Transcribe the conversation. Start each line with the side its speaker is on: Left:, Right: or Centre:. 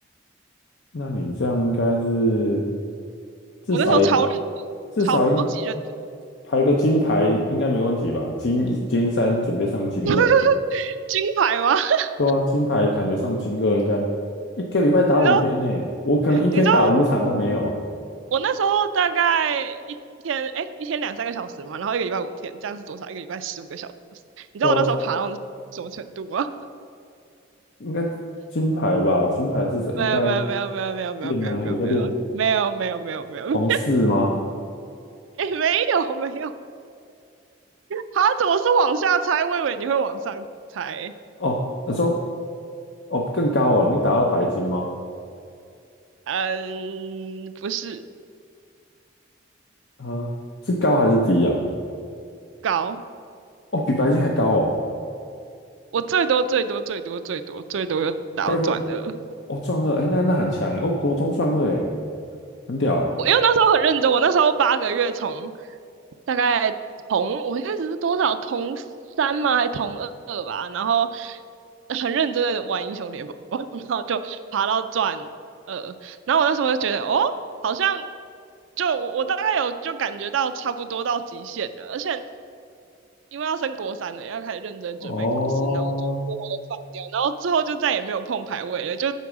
Left: 那你这样应该是至少也
Right: 我那时候超认真，
Left: 至少应
Right: 超级认真，
Left: 排个金牌应该没问题吧？金一金三准备上金二，
Right: <laughs> 金牌吗？<laughs>
Left: 对啊，金牌感觉上金二应该一个礼拜打五天呢，
Right: 你知道，
Left: 我可能一天打五场都没有，
Right: 你知道我那时候大概一天，哎，一天两三个小时嘛，然后一个礼拜五天，这样是多少？一个礼拜十五个小时。你知道我那时候爬到什么程度吗？
Left: 对啊应该金牌吧？金牌至少应该
Right: <laughs> 没有，没有，没有，没有，没有，没有，
Left: 练啊，
Right: 没有，没有，
Left: 有在练
Right: 没有，没有，没有，没有，没有，没
Left: 红四吗？
Right: 没有，没有。啊，怎么是往下猜？我以为你会往上猜。
Left: 哦，你说哦更高哦，你打到白金吗？
Right: 嗯，不是
Left: 啊、是高还是低呀、啊？
Right: 高，
Left: 哦，比白金还高哦，
Right: 我最多最多最多最多最多又倒转了。
Left: 该不会？哦，壮二，哎，那那很强哎，哦，国中壮二哎，很屌哎，
Right: 我因为那时候很认真，我那时候八个月从大概同我一开始是多少同三吗？还同二二吧，然后很认真的玩英雄联盟，<laughs> 然后就爬到钻二，然后我那时候就觉得哦，好像就我我大概有就感觉到差不多到极限了，而且。因为要升国三了，要开始认真准备考试，
Left: 哦，
Right: 然后我就默默的放掉，然后之后就再也没有碰排位了，就